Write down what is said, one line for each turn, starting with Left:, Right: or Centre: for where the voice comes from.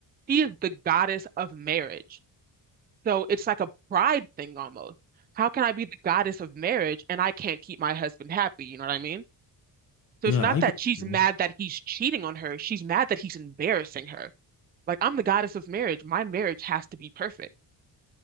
Right: she is the goddess of marriage. So it's like a pride thing almost. How can I be the goddess of marriage and I can't keep my husband happy? You know what I mean? So
Left: Yeah,
Right: it's not
Left: I
Right: that
Left: get
Right: she's
Left: you.
Right: mad that he's cheating on her. She's mad that he's embarrassing her. Like, I'm the goddess of marriage. My marriage has to be perfect.